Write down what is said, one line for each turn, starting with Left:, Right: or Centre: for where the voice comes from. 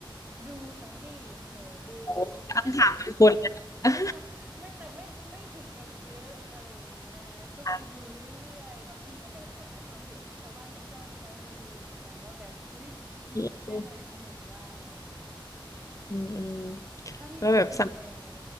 Right: ดูค่ะพี่หนูดู
Left: โอ้ตั้งถามเป็นคนเลยนะ
Right: ไม่ถึง <laughs> ไม่แต่ไม่ไม่ถึงกับเยอะอะไรอย่างงี้นะคะก็คือดูเรื่อยๆบางทีก็ไปขอความเห็นชาวบ้านชาวช่องเขามาดูเหมือนกันว่าแบบอุ๊ยมีเรื่องอะไรสนุกบ้างอะไรอย่างเงี้ย
Left: <laughs> อืมอืมอืม
Right: ถ้าพี่ชอบดูแนว
Left: แล้วแบบ